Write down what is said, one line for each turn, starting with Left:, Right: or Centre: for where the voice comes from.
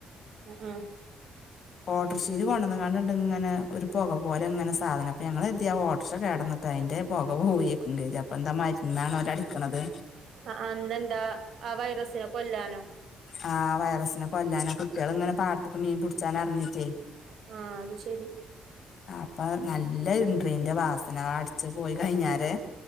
Right: അഹ് അഹ്
Left: <inaudible> ഓട്ടർഷീല് കൊണ്ടന്ന്ങ്ങാ ണ്ട് ഇങ്ങനെ ഒരു പോക പോലെങ്ങനെ സാധനം അപ്പൊ ഞങ്ങൾ കര്തി ആ ഓട്ടർഷ കേട്ന്നട്ട് അയിന്റെ പോക പോവേക്കും കര്തി അപ്പൊന്താ മരുന്നാണ് ഓല് അടിക്ണത്
Right: അഹ് അഹ് ഇങ്ങ്ടെന്താ ആ വൈറസിനെ കൊല്ലാനോ
Left: അഹ് അ വൈറസിനെ കൊല്ലാനാ കുട്ടിള്ങ്ങനെ പാടത്ത്ക്ക്‌ങ്ങനെ മീൻ പിടിച്ചാന് എറങ്ങീട്ടയ്
Right: ആഹ് അത് ശരി
Left: അപ്പ നല്ല ഇൻട്രീന്റെ വാസന അത് അടിച്ച് പോയി കഴിഞ്ഞാരെ